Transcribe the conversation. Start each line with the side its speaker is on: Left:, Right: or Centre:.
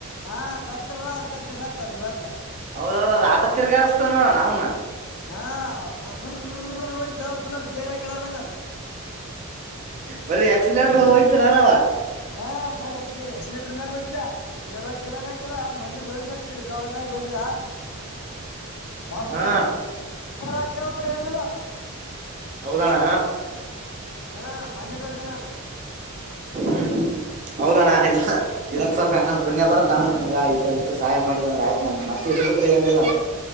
Left: ಹಾ ಗೊತ್ತು ಹದು ಗೊದ್ದು ಗೊತ್ತ ಗೊತ್ತ
Right: ಹೌದೌದ್ ಆಟ ತಿರ್ಗಾಡಸ್ತಾನ ನೋ ನಾ್ನ್ನ
Left: ಹಾ ಫುಲ್ ಹೊಡ್ದ ಫಲರ್ ಗೇರೆಾ ಕೆಲಾರದಂಗ ಅದ
Right: ಬರ ಎಕ್ಸಲೆಟರ್ ಒಡ್ತ ನಾನಾವ
Left: ಹಾ ಬರಿ ಅ ಎಕ್ಸ್ಲೇಟರ್ ಮ್ಯಾಗ ಹೊಡಿದ್ದ ಗೇರ್ಾಕಿಲ್ಲ ನಾಕಿಲ್ಲ ಮನೆ ನೋಡ ಕವಲದಾರಿಗೊಂಡಿದ ಬರ
Right: ಹಾ
Left: ಾಕವಲ್ಲ ಏನಿಲ್ಲ
Right: ಹೌದಣ್ಣ
Left: ಹಾ ಮೊನ್ನೆ ನೋಡ್ದ ನಾನು
Right: ಹ್ಮ್ ಹೌದಣ್ಣ ಇಲ್ಲ ಇದೊಂದ ಸ್ವಲ್ಪ ಹೆಂಗ ಪುಣ್ಯ ಬರತ್ತ ಅಣ್ಣ ನಿನ್ಗ ಇದ ಸಹಾಯ ಮಾಡಿದ ಅಂದ್ರೆ ಆಯ್ತ ನನಗ ಮತ್ತೆ ಇದ್ ಬಿಟ್ರೆ ಏನಿಲ್ಲ